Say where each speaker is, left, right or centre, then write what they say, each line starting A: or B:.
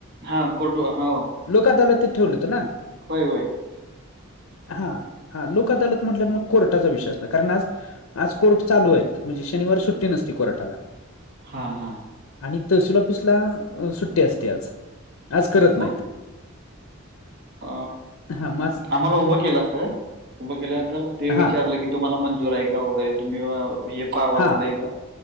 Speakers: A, on the right; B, on the left.
A: हा कोर्ट वा हाव
B: लोक अदालतीत ठेवलं होत ना
A: व्हय-व्हय.
B: हा-हा, लोक अदालत म्हटल्यावर मग कोर्टाचा विषय असणार कारण आज आज कोर्ट चालू आहेत म्हणजे शनिवार सुट्टी नसती कोर्टाला.
A: हा-हा,
B: आणि तहसील ऑफिसला सुट्टी असते आज, आज करत
A: मग
B: नाहीत.
A: अ
B: हां, मग आज
A: आम्हाला उभं केलं अस, उभं केल्यानंतर ते
B: हां,
A: विचारलं की तुम्हाला मंजूर आहे का वगैरे तुम्ही अ हे पाहा
B: हां,
A: वाचलंय का